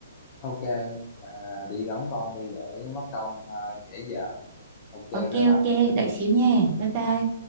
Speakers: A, on the left; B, on the right.
A: ok và đi đón con đi để mất công ờ, trễ giờ ok bye
B: ok
A: bye
B: ok đợi xíu nha bye bye